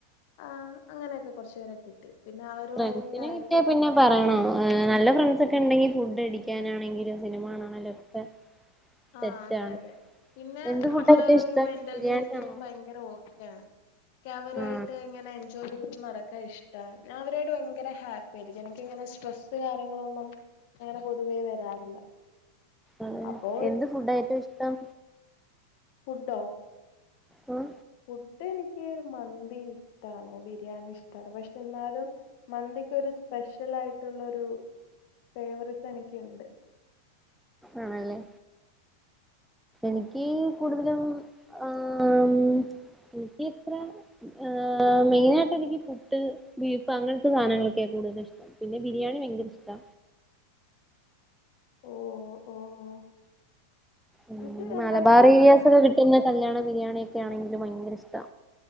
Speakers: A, on the left (about 45°); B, in the centre.
A: ആഹ് അങ്ങനെയൊക്കെ കൊറച്ചേരെ കിട്ടി പിന്നെ അവരുമായിട്ടായി
B: ഫ്രണ്ട്സിനെ കിട്ട്യാ പിന്നെ പറയണോ നല്ല ഫ്രണ്ട്സ് ഒക്കെ ഇണ്ടെങ്കിൽ ഫുഡ് അടിക്കാനാണെങ്കിലും സിനിമാണ ണെങ്കിലും ഒക്കെ
A: ആഹ്
B: സെറ്റാണ്
A: അതെ അതെ പിന്നെ
B: എന്ത്
A: നമ്മള്
B: ഫുഡാ ഏറ്റവും ഇഷ്ടം
A: ഒരു മെന്റൽ
B: ബിരിയാണിയാണോ
A: ഹെൽത്തിനും ഭയങ്കര ഓക്കെ ആണ് ക്കഅവരുആയിട്ട്
B: ആഹ്
A: ഇങ്ങനെ എൻജോയ് ചെയ് ത്‌ നടക്കാൻ ഇഷ്ടാ ഞാൻ അവരോട് ഭയങ്കര ഹാപ്പി ആയിരിക്കും എനക്ക്ങ്ങനെ സ്ട്രെസ്സ് കാര്യങ്ങളൊന്നും അങ്ങനെ പൊതുവേ വരാറില്ല
B: ആഹ്
A: അപ്പോ
B: എന്ത് ഫുഡായേറ്റോം ഇഷ്ടം
A: ഫുഡ്ഡോ
B: ഉം
A: ഫുഡെനിക്ക് മന്തി ഇഷ്ടാണ് ബിരിയാണി ഇഷ്ടാണ് പക്ഷെ എന്നാലും മന്തിക്കൊരു സ്പെഷ്യൽ ആയിട്ടുള്ള ഒരു ഫേവറിസം എനിക്കിണ്ട്
B: ആണല്ലേ നിക്ക് കൂടുതലും ഏ് ആഹ് ഇനിക്ക്- ആ മെയിനായിട്ടെനിക്ക് പുട്ട് ബീഫ് അങ്ങനത്തെ സാധനങ്ങളൊക്കെയാ കൂടുതലും ഇഷ്ടം. പിന്നെ ബിരിയാണി ഭയങ്കരിഷ്ടാ.
A: ഓഹ് ഓഹ്
B: ഉം
A: ഇൻക്ക് എല്ലാം
B: മലബാർ
A: ഇഷ്ടാണ്
B: ഏരിയാസ് ഒക്കെ കിട്ടുന്ന കല്യാണ ബിരിയാണിയൊക്കെ ആണെങ്കിലു ഭയങ്കരിഷ്ടാ.